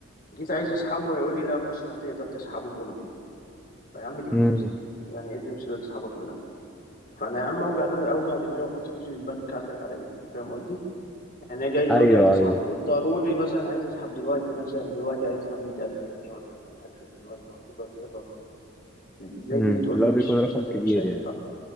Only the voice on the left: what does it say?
جيت عايز أسحبه هيقول لي لا مش هتقدر تسحبه كله فيا عم دي فلوسي
يعني إيه اللي مش هتقدر تسحبها كلها فانا يا عم اوجع نو- اوجع دماغي واحط فلوسي في البنك عندك على ايه فاهم قصدي يعني انا جاي دلوقتي
عايز اسحب
ضروري مثلا عايز اسحب دلوقتي مثلا دلوقتي عايز اسحب 100000 جنيه ولا 200000 جنيه ولا وات ايفر الرقم ازاي
تيجي تقول
لي
مش
مش هت...
مش هينفع